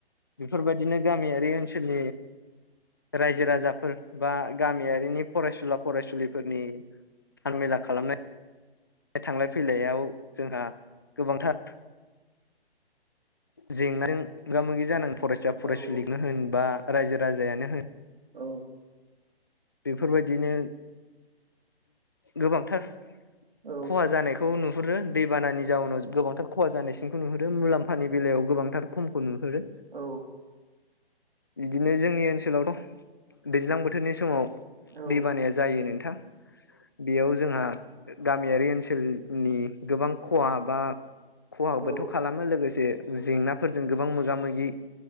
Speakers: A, on the left; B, on the right.
A: बेफोर बायदिनो गामियारि ओनसोलनि रायजो राजाफोर बा गामियारिनि फरायसुला फरायसुलिफोरनि हाल मेला खालामनाय थांलाय फैलायाव जोंहा गोबांथार जेंनाजों मोगा मोगि जानांग फरायसा फरायसुलिनो
B: औ
A: होन बा रायजो राजायानो होन
B: औ
A: बेफोरबायदिनो गोबांथार
B: औ
A: खहा जानाय खौ नुहुरो दैबानानि जाउनाव गोबांथार खहा जानायसिनखौ नुहरो मुलाम्फानि बेलायाव गोबांथार खमखौ नुहुरो।
B: औ
A: इदिनो जोंनि ओनसोलावथ' दैज्लां बोथोरनि समाव
B: औ
A: दै बानाया जायो नोंथां। बेयाव जोंहा गामियारि ओनसोलनि गोबां खहा बा खहाबोथ'
B: औ
A: खालामो लोगोसे जेंनाफोरजों गोबां मोगा मोगि